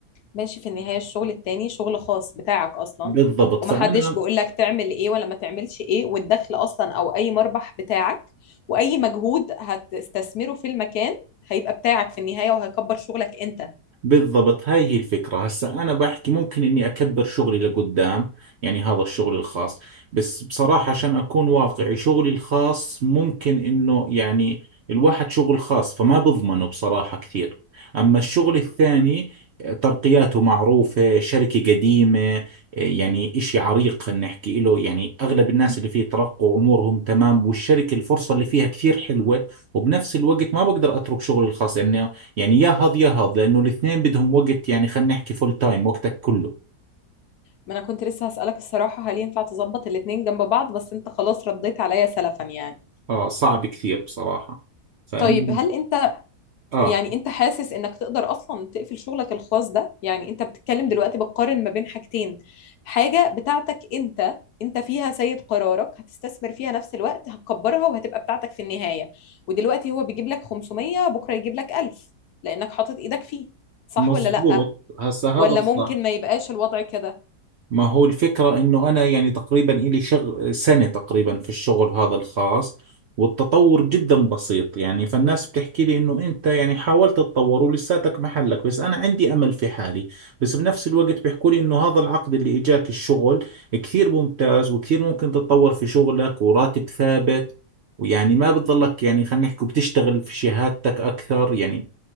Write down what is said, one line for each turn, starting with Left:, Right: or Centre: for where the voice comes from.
Left: ماشي في النهاية الشغل التاني شغل خاص بتاعك أصلا
Right: بالضبط
Left: ومحدش
Right: فأنا
Left: بيقول لك تعمل إيه ولا ما تعملش إيه والدخل أصلا أو أي مربح بتاعك وأي مجهود هتستثمره في المكان هيبقى بتاعك في النهاية وهيكبر شغلك أنت
Right: بالضبط هاي هي الفكرة هسا أنا بحكي ممكن إني أكبر شغلي لقدام يعني هذا الشغل الخاص بس بصراحة عشان أكون واقعي شغلي الخاص ممكن إنه يعني الواحد شغل خاص فما بضمنه بصراحة كثير أما الشغل الثاني آه، ترقياته معروفة شركة قديمة آه، يعني إشي عريق خلينا نحكي إله يعني أغلب الناس اللي فيه ترقوا أمورهم تمام والشركة الفرصة اللي فيها كثير حلوة وبنفس الوقت ما بقدر أترك شغلي الخاص لأنه يعني يا هض يا هض لأنه الاثنين بدهم وقت يعني خلينا نحكي فول تايم وقتك كله
Left: ما أنا كنت لسه هسألك الصراحة هل ينفع تظبط الاتنين جنب بعض بس أنت خلاص رديت عليا سلفا يعني
Right: آه صعب كثير بصراحة فإن
Left: طيب هل أنت
Right: آه
Left: يعني انت حاسس انك تقدر اصلا تقفل شغلك الخاص ده يعني انت بتتكلم دلوقتي بتقارن ما بين حاجتين حاجة بتاعتك انت انت فيها سيد قرارك هتستثمر فيها نفس الوقت هتكبرها وهتبقى بتاعتك في النهاية ودلوقتي هو بيجيب لك 500 بكرة يجيب لك 1000 لانك حاطط ايدك فيه صح
Right: مزبوط
Left: ولا لأ
Right: هسا هذا
Left: ولا
Right: الصح
Left: ممكن ما يبقاش الوضع كده
Right: ما هو الفكرة انه انا يعني تقريبا الي شغ... سنة تقريبا في الشغل هذا الخاص والتطور جدا بسيط يعني فالناس بتحكي لي انه انت يعني حاولت تتطور ولساتك محلك بس انا عندي امل في حالي بس بنفس الوقت بيحكوا لي انه هذا العقد اللي اجاك الشغل كثير ممتاز وكثير ممكن تتطور في شغلك وراتب ثابت ويعني ما بتضلك يعني خلينا نحكي بتشتغل في شهادتك اكثر يعني